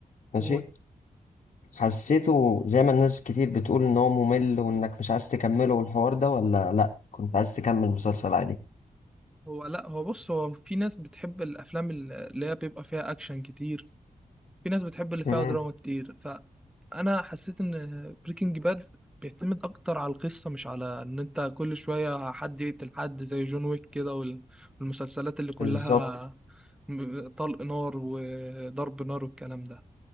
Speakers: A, on the left; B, in the centre.
A: ماشي
B: هو
A: حسيته زي ما الناس كتير بتقول ان هو ممل وانك مش عايز تكمله والحوار ده ولا لا كنت عايز تكمل مسلسل عادي
B: هو لا هو بص هو في ناس بتحب الأفلام اللي هي بيبقى فيها أكشن كتير في ناس بتحب اللي فيها
A: امم
B: دراما كتير فانا حسيت ان بريكنج باد بيعتمد اكتر على القصه مش على ان انت كل شويه حد يقتل حد زي جون ويك كده وال- والمسلسلات اللي كلها
A: بالظبط
B: م- طلق نار وضرب نار والكلام ده